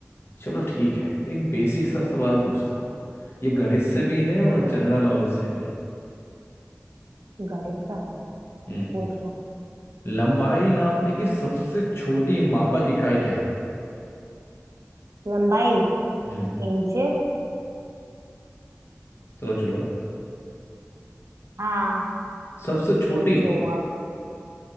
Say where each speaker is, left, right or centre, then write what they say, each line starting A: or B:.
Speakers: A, on the left; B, on the right.
A: चलो ठीक है एक बेसिक सा सवाल पूछता हूँ ये गणित से भी है और
B: कौन
A: जनरल नॉलेज से भी
B: गणित का है चलो
A: हम्म
B: पूछो
A: लंबाई
B: गणित।
A: नापने की सबसे छोटी मापक इकाई क्या है
B: लंबाई
A: हम्म
B: इंचेस
A: सोच लो
B: हाँ
A: सबसे छोटी
B: इंच होगा